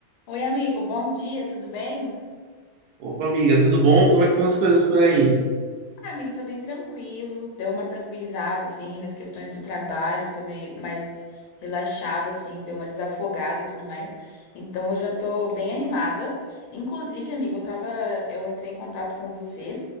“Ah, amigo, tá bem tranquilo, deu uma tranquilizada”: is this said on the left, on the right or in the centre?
Left